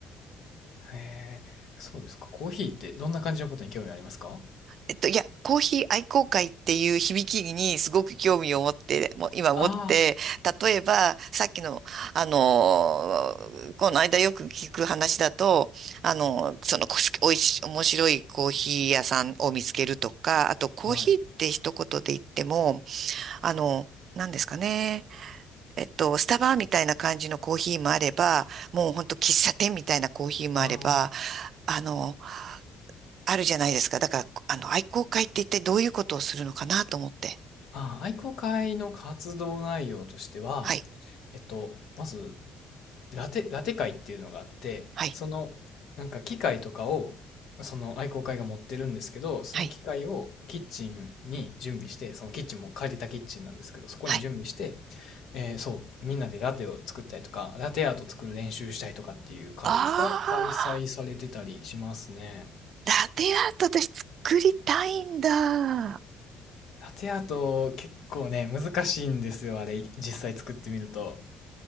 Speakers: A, on the left (about 70°); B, on the right (about 60°).
A: へえ、そうですか。コーヒーってどんな感じのことに興味ありますか
B: えっと、いや、コーヒー愛好会っていう響きにすごく興味を持って、もう今持って、
A: あ
B: 例えば、さっきの、あのーこの間よく聞く話だと、あのーその、こおいし、面白いコーヒー屋さんを見つけるとか、あと、コーヒーって一言で言っても、
A: あはい。
B: あの、なんですかね。えっと、スタバみたいな感じのコーヒーもあれば、もうほんと喫茶店みたいなコーヒーもあれば、
A: あー
B: あの、あるじゃないですか。だから、あの、愛好会って一体どういうことをするのかなと思って。
A: あー、愛好会の活動内容としては、
B: はい、
A: えっと、まずラテ、ラテ会っていうのがあって、
B: はい、
A: その、なんか機械とかを、その愛好会が持ってるんですけど、その機械をキッチンに準備して、
B: はい、
A: そのキッチンも借りたキッチンなんですけど、そこに準備して、
B: はい。
A: えーそう、みんなでラテを作ったりとか、ラテアート作る練習したりとかっていう会が開催されてたりしますね。
B: ああ、ラテアート私作りたいんだ。
A: ラテアート結構ね、難しいんですよ、あれ、実際作ってみると。